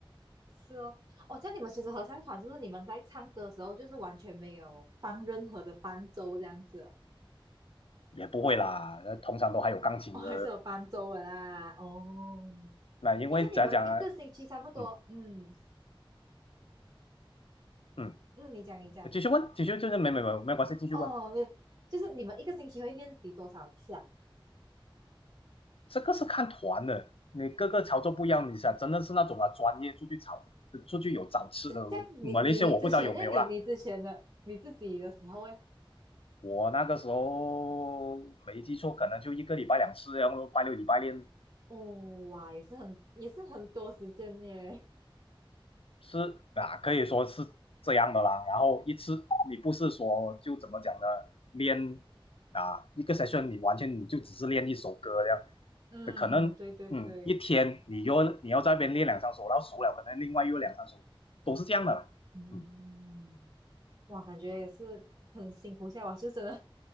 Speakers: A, on the right (about 40°); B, on the left (about 80°).
A: 是哦，哦，这样你们其实合唱团是不是你们在唱歌的时候，就是完全没有放任何的伴奏这样子哦，
B: 也不会啦，通常都还有钢琴的，
A: 哦，还是有伴奏的啦，哦，
B: 那因为怎样讲呢？
A: 诶，像你们一个星期差不多，
B: 嗯
A: 嗯
B: 嗯，
A: 嗯，你讲你讲，
B: 继续问，继续就是没没没没关系，继续问，
A: 哦，对，就是你们一个星期会练习多少次啊？
B: 这个是看团的，你各个操作不一样，你想真的是那种啊专业出去炒出去有找吃的，
A: 这这样你你你之前那你你之前的你自己的时候诶，
B: 我马来西亚我不知道有没有啦。我那个时候没记错，可能就一个礼拜两次，然后拜六礼拜练
A: 哦，哇，也是很也是很多时间耶。
B: 是啊，可以说是这样的啦。然后一次你不是说就怎么讲呢？练啊一个 session 你完全你就只是练一首歌这样，
A: <laughs> 嗯，
B: 可能嗯一天你又你要在那边练两三首，
A: 对对对，
B: 然后熟了可能另外又两三首，都是这样的啦。
A: 嗯，
B: 嗯
A: 哇，感觉也是很辛苦下来，哇，就真的